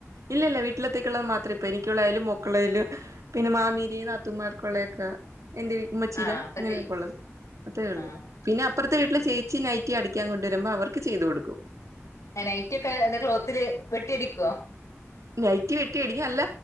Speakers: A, on the right; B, on the left.
A: ഇല്ല ഇല്ല വീട്ടിലെത്തക്കുള്ള മാത്രമ ഇപ്പ എനിക്കുള്ള ആയാലും മോക്ക് മക്കളും പിന്നെ മാമീരി നാത്തുമമാർക്കുള്ളൊക്കെ എറെീ ഉമ്മച്ചിര
B: ആഹ് ഒക്കെ
A: ഇങ്ങനെയൊക്കെ
B: ചെയ്യും
A: ഉള്ളത് അത്രേ ഉള്ളത്
B: ആഹ്
A: പിന്നെ അപ്പുറത്തെ വീട്ടില ചേച്ചി നൈറ്റി അടക്കാൻ കൊണ്ട വരുമ്പോ അവർക്ക് ചെയ്തു കൊടുക്കും
B: നൈറ്റ് ഒക്കെ എന്താ ക്ലോത്തില്ൽ വെട്ടിയട അടിക്കു
A: നൈറ്റ് വെട്ടി മേടിക്ക അല്ല